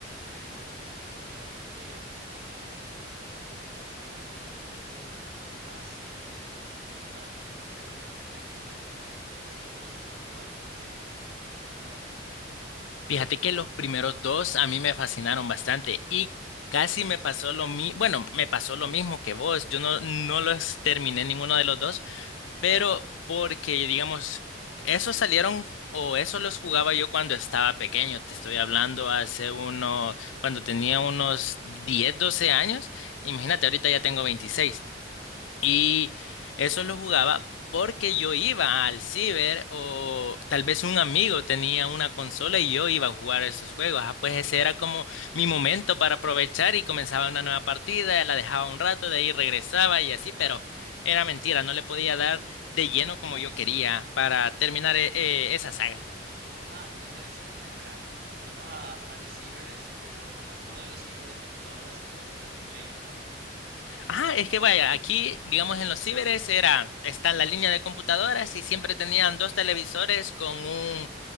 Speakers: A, on the right; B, on the left.
A: pero la verdad que no, no, no he terminado. ¿A ti cuál te gustó más en, en general entre los tres primeros primeros God of Wars que, que tú has jugado?
B: Fíjate que los primeros dos a mí me fascinaron bastante y casi me pasó lo mismo, bueno, me pasó lo mismo que vos, yo no, no los terminé ninguno de los dos. Pero porque, digamos, esos salieron o esos los jugaba yo cuando estaba pequeño. Te estoy hablando hace uno, cuando tenía unos 10 12 años. Imagínate, ahorita ya tengo 26 y eso lo jugaba porque yo iba al ciber o tal vez un amigo tenía una consola y yo iba a jugar esos juegos. Ah, pues ese era como mi momento para aprovechar y comenzaba una nueva partida, la dejaba un rato, de ahí regresaba y así, pero era mentira, no le podía dar de lleno como yo quería para terminar eh, eh, esa saga.
A: Ah, entonces, eh, espera, ibas a, a los cibers, pero no de los cibers de computadora, sino a los cibers de Play, ¿verdad?
B: Ajá, es que vaya, aquí, digamos, en los ciberes era, está la línea de computadoras y siempre tenían dos televisores con un